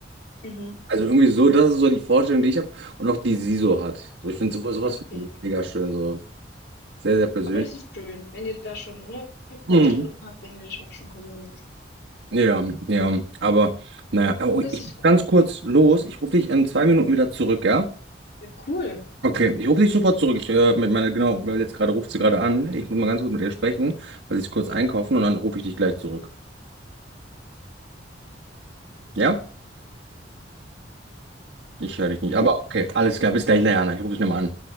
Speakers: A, on the left; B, on the right.
A: Mhm.
B: Also irgendwie so, das ist so die Vorstellung, die ich habe und auch die sie so hat. So, ich finde sowas, sowas
A: Okay.
B: find ich mega schön, so sehr, sehr persönlich.
A: Aber das ist schön, wenn ihr da schon eine
B: Mhm.
A: Vorstellung habt, wenn ihr das auch schon kommuniziert.
B: Ja, ja, aber naja, oh,
A: Das
B: ich
A: ist
B: muss
A: gut.
B: ganz kurz los. Ich rufe dich in zwei Minuten wieder zurück, ja?
A: Ja, cool.
B: Okay, ich rufe dich sofort zurück. Ich, äh, mit meiner, genau, weil jetzt gerade ruft sie gerade an. Ich muss mal ganz kurz mit ihr sprechen, weil sie ist kurz einkaufen und dann rufe ich dich gleich zurück. Ja? Ich höre dich nicht,
A: Mhm.
B: aber okay, alles klar, bis gleich, Leanna. Ich rufe dich nochmal an.